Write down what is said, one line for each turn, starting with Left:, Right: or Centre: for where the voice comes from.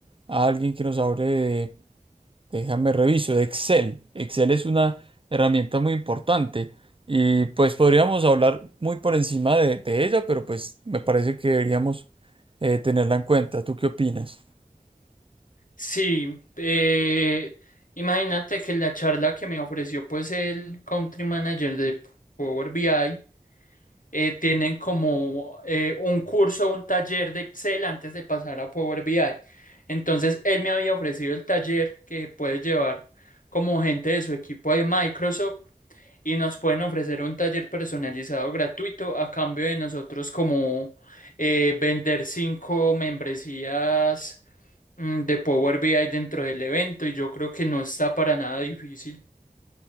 Right: a alguien que nos hable de Déjame reviso. Excel. Excel es una herramienta muy importante y pues podríamos hablar muy por encima de, de ella, pero pues me parece que deberíamos eh, tenerla en cuenta. ¿Tú qué opinas?
Left: Sí, eh, imagínate que la charla que me ofreció pues el Country Manager de Power BI eh, tienen como eh, un curso, un taller de Excel antes de pasar a Power BI. Entonces él me había ofrecido el taller que puedes llevar como gente de su equipo de Microsoft y nos pueden ofrecer un taller personalizado gratuito a cambio de nosotros como eh, vender cinco membresías mm, de Power BI dentro del evento y yo creo que no está para nada difícil.